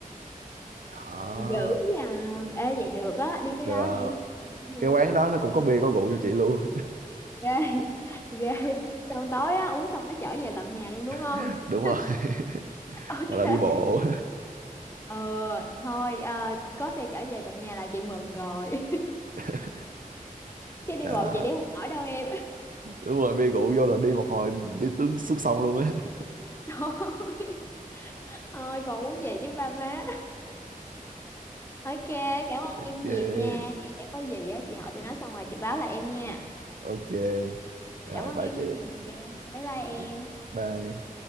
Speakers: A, on the right; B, on the left.
A: đó
B: dữ nha. Ê vậy được á, đi cái
A: được
B: đó đi. Mình thấy vui
A: cái quán
B: lắm á.
A: đó nó cũng có bia có rượu cho chị luôn
B: Ghê, <laughs> ghê. Xong tối á, uống xong nó chở về tận nhà luôn đúng không?
A: <laughs>
B: <laughs>
A: đúng rồi <laughs>
B: Ok.
A: hoặc là đi bộ
B: Ờ, thôi à, có xe chở về tận nhà là chị mừng rồi.
A: <laughs>
B: <laughs> Chứ đi
A: đó
B: bộ chị đi không nổi đâu em.
A: đúng rồi bia rượu vô là đi một hồi đi tướng xuống sông luôn á <laughs>
B: <laughs> Thôi. Thôi còn muốn về với ba má. Ok, cảm ơn
A: ok
B: em nhiều nha. Chị sẽ có gì á, chị hỏi tụi nó xong rồi chị báo lại em nha.
A: ok rồi
B: Cảm ơn
A: bye
B: em
A: chị
B: nhiều. Bye bye em.
A: Yeah. Bye.